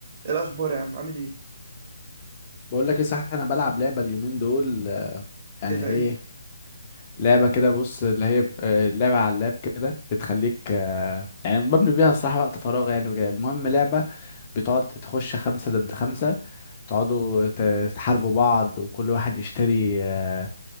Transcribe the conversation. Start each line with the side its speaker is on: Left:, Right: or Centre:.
Right: إيه الاخبار يا عم عامل ايه
Left: بقول لك ايه صح انا بلعب لعبه اليومين دول آه، يعني
Right: ايه ده
Left: ايه
Right: ايه
Left: لعبه كده بص اللي هي ب- آه، لعبه على اللاب كده بتخليك آه، يعني بملي بيها الصراحه وقت فراغ يعني وكده المهم لعبه بتقعد تخش خمسه ضد خمسه تقعدوا ت- تحاربوا بعض وكل واحد يشتري آه،